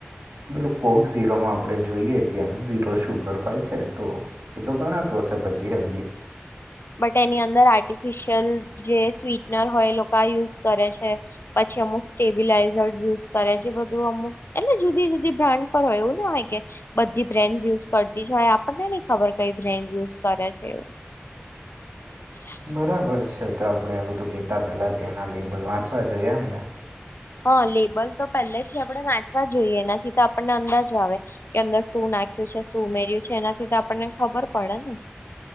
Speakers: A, on the right (about 85°); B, on the left (about 70°).
A: બ્લુ કોક ઝીરોમાં આપણે જોઈએ કે આમ ઝીરો શુગર હોય છે તો? એ તો ઘણાતું હશે પછી હેલ્ધી.
B: બટ એની અંદર આર્ટિફિશિયલ જે સ્વીટનર હોય એ લોકા આ યુઝ કરે છે. પછી અમુક સ્ટેબિલાઈઝર્સ યુઝ કરે જે બધું અમુક એટલે જુદી જુદી બ્રાન્ડ પર હોય એવું ના હોય કે બધી બ્રેન્ડ યુઝ કરતી છે હોય આપણને નઈ ખબર કઈ બ્રેન્ડ યુઝ કરે છે એવું <inaudible>
A: બરાબર છે તો આપણેે બધું લેતા પેલા ત્યાંના લેબલ વાંચવા જોઈએ એમ ને.
B: હા લેબલ તો પહેલે થી આપણેે વાચવા જોઈએ એનાથી તો આપણને અંદાજો આવે કે અંદર શું નાખ્યું છે શું ઉમેર્યું છે એનાથી તો આપણને ખબર પડે ને.